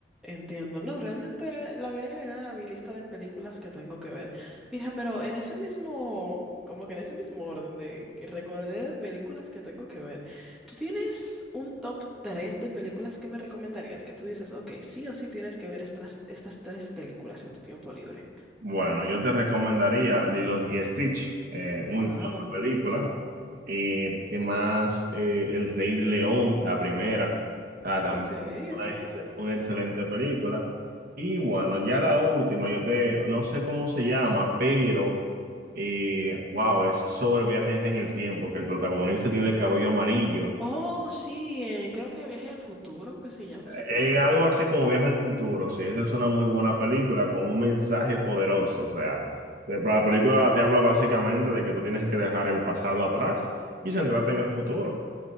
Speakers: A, in the centre; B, on the right.
A: Entiendo. No, realmente la voy a agregar a mi lista de películas que tengo que ver. Mira, pero en ese mismo, como que en ese mismo orden de que recordé de películas que tengo que ver, ¿tú tienes un top 3 de películas que me recomendarías? Que tú dices, ok, sí o sí tienes que ver estas, estas tres películas en tu tiempo libre.
B: Bueno, yo te recomendaría Lilo y Stitch, eh, muy
A: Wow.
B: buena película. Eh, ¿qué más? Eh, El Rey de León, la primera. O sea, también
A: Ok,
B: una,
A: ok.
B: ex- una excelente película. Y bueno, ya la última, yo te, no sé cómo se llama, pero, eh, wow, es sobre viajes en el tiempo, que el protagonista tiene el cabello amarillo.
A: Oh, sí, eh, creo que Viaje al Futuro, que se llama esa película.
B: Eh, algo así como Viaje al Futuro, sí, esa es una muy buena película con un mensaje poderoso, o sea, eh, la película te habla básicamente de que tú tienes que dejar el pasado atrás y centrarte en el futuro.